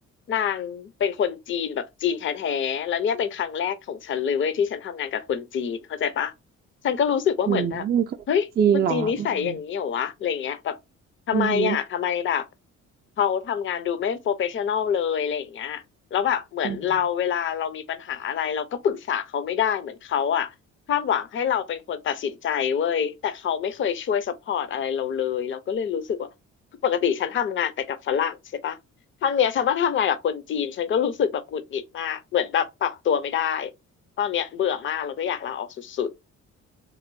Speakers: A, on the left; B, on the right.
A: นางเป็นคนจีนแบบจีนแท้ๆแล้วเนี่ยเป็นครั้งแรกของฉันเลยเว้ยที่ฉันทำงานกับคนจีนเข้าใจปะฉันก็รู้สึกว่าเหมือนแบบเฮ้ยคนจีนนิสัยอย่างนี้เหรอวะอะไรเงี้ยแบบ
B: อืมมีคนจีนเหรออืม
A: ทำไมอ่ะทำไมแบบ
B: อืม
A: เขาทำงานดูไม่โปรเฟชชั่นอลเลยอะไรอย่างเงี้ยแล้วแบบเหมือนเราเวลาเรามีปัญหาอะไรเราก็ปรึกษาเขาไม่ได้เหมือนเขาอ่ะคาดหวังให้เราเป็นคนตัดสินใจเว้ยแต่เขาไม่เคยช่วยซัพพอร์ตอะไรเราเลยเราก็เลยรู้สึกว่า
B: อืม
A: ปกติฉันทำงานแต่กับฝรั่งใช่ปะ ครั้งเนี้ยฉันว่าทำงานกับคนจีนฉันก็รู้สึกแบบหงุดหงิดมากเหมือนแบบปรับตัวไม่ได้ตอนเนี้ยเบื่อมากแล้วก็อยากลาออกสุด